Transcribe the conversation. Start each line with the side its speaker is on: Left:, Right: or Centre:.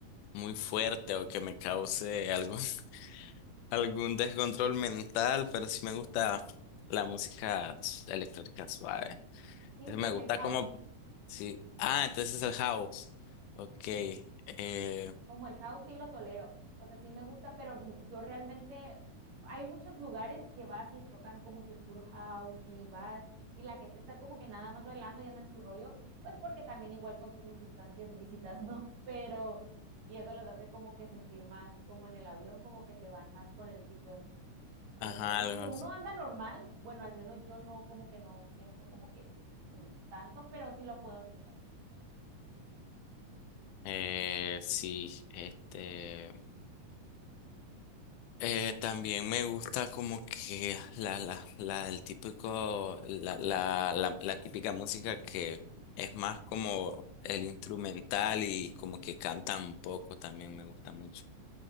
Left: muy fuerte o que me cause algún, <laughs> algún descontrol mental, pero sí me gusta la música s- electrónica suave.
Right: Sí,
Left: Entonces
Right: pues
Left: me gusta
Right: el house,
Left: como, sí. Ah, entonces es el house. Ok.
Right: Sí.
Left: Eh,
Right: Como el house sí lo tolero, o sea, sí me gusta, pero n- yo realmente, hay muchos lugares que vas y tocan como que puro house y vas y la gente está como que nada más bailando y anda en su rollo, pues porque también igual consumen sustancias ilícitas, <laughs> ¿no? Pero, y eso los hace como que sentir más como en el avión, como que se van más con el tipo de música. Entonces,
Left: ajá, algo
Right: si uno
Left: así.
Right: anda normal, bueno, al menos yo no como que no siento como que mm, tanto, pero sí lo puedo escuchar.
Left: Eh, sí, este. Eh, también me gusta como que la, la, la, el típico, la, la, la, la típica música que es más como el instrumental y como que cantan poco también me gusta mucho.